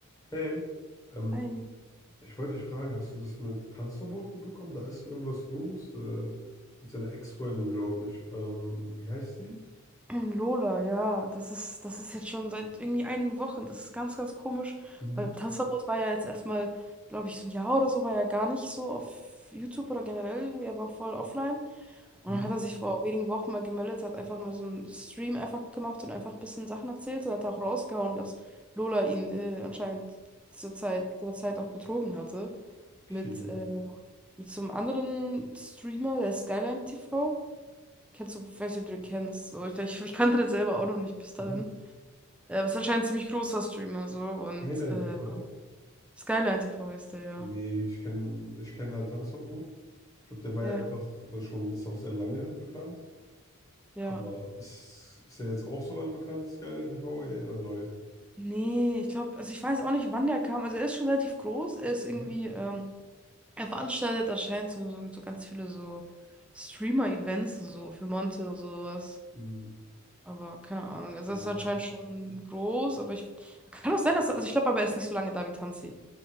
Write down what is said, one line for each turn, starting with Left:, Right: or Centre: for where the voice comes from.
Left: Hey, ähm,
Centre: Ei,
Left: ich wollte dich fragen, hast du das mit Tanzverboten bekommen? Da ist irgendwas los, äh, mit seiner Ex-Freundin, glaube ich. Ähm, wie heißt sie?
Centre: <clears throat> Lola, ja, das ist, das ist jetzt schon seit irgendwie einigen Wochen. Das ist ganz, ganz komisch,
Left: Mhm.
Centre: weil Tanzverbot war ja jetzt erstmal, glaube ich, so ein Jahr oder so, war ja gar nicht so auf YouTube oder generell irgendwie, er war voll offline. Und
Left: Mhm.
Centre: dann hat er sich vor wenigen Wochen mal gemeldet, hat einfach mal so einen Stream einfach gemacht und einfach ein bisschen Sachen erzählt und hat auch rausgehauen, dass Lola ihn äh, anscheinend zur Zeit, zur Zeit auch betrogen hatte.
Left: Okay.
Centre: Mit, äh, mit so einem anderen Streamer, der Skyline TV. Kennst du, ich weiß nicht, ob du den kennst. So, ich, ich, ich kannte den selber auch noch nicht bis dahin.
Left: Mhm.
Centre: Äh, aber ist anscheinend ein ziemlich großer Streamer so. Und
Left: Skyline
Centre: äh,
Left: TV?
Centre: Skyline TV heißt der ja.
Left: Nee, ich kenne ich kenn halt Tanzverbot. Ich glaube, der war
Centre: Ja,
Left: ja einfach äh, schon, ist auch sehr lange bekannt.
Centre: ja.
Left: Aber ist, ist er jetzt auch so lange bekannt, Skyline TV? Ja, oder neu?
Centre: Nee, ich glaube, also ich weiß auch nicht, wann der kam. Also er ist schon relativ groß. Er ist irgendwie,
Left: Mhm.
Centre: ähm, er veranstaltet anscheinend so, so, so ganz viele so Streamer-Events und so für Monte und sowas.
Left: Mhm.
Centre: Aber keine Ahnung. Also
Left: Ja,
Centre: er ist
Left: okay.
Centre: anscheinend schon groß, aber ich. Kann auch sein, dass. Also ich glaube aber, er ist nicht so lange da wie Tanzi,